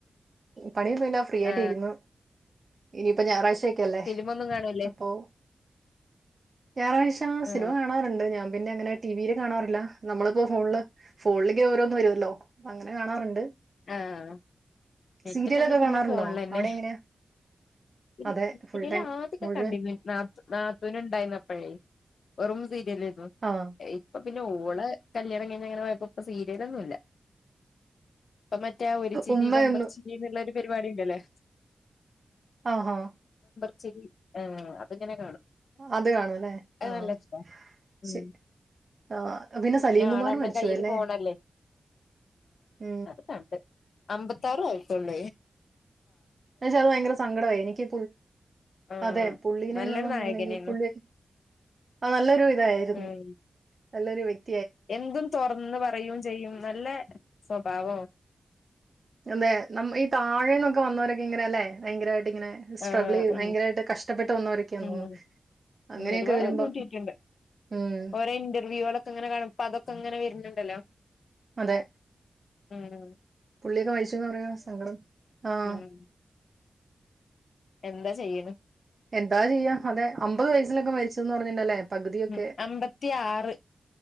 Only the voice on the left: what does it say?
ആ
ഫിലിമൊന്നും കാണൂല്ലേ
ആ
ആഹ നെറ്റുണ്ടെങ്കി
പിന്നെ ഫോണിൽ തന്നെ
സീരിയൽ
ആതൊക്കെ
കണ്ടിു നാത്തുന ഉണ്ടായിന്നപ്പഴി വെറും സീരിയല
ഇപ്പ പിന്നെ ഓള കല്യാണംങ്ങഞ്ഞ അങ്ങനെ പോയപ്പോ ഇപ്പ സീരിയലൊന്നുംല്ല ഇപ്പൊ മറ്റേ ഒരു ചിരി
ബമ്പർ ചിരി എന്നുള്ള പരിപാടി ഉണ്ടല്ലേ
ച്ചിരി അപ്പൊ ഇങ്ങനെ കാണും
അത്
നല്ല ഇഷ്ടാ ഉം
ആളെല്ലാം
കയ്യില്
ഫോണല്ലേ
തട്ട അമ്പത്താറ ആയിത്തുള്ള
ആഹ്
നല്ലൊരു
നായകനേന്നു
ഉം
എന്തും തോറന്നും പറയും ചെയ്യും നല്ലേ സ്വബാവവാ
ആഹ്
ഉമ്
ഉമ്
ഒരുപാട്
ബുദ്ധിമുട്ടിട്ടുണ്ട്
ഓരോ ഇന്റർവ്യൂകൾ ഒക്കെ ഇങ്ങനെ കാണുബോ അതൊക്കെ ഇങ്ങനെ എന്ന്ണ്ടല്ലോ.
ഉമ്.
ഉം എന്താ ചെയ്യണ്.
ഉം അമ്പത്തി ആറ്